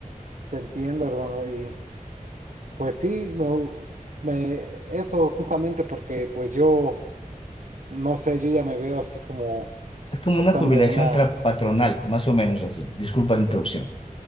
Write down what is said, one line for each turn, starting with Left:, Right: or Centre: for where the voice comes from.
Right: Te entiendo, hermano, y pues sí, me, me- eso justamente porque pues yo, no sé, yo ya me veo así como
Left: Es como
Right: estando
Left: una jubilación
Right: en una...
Left: tra- patronal, más o menos así. Disculpa la interrupción,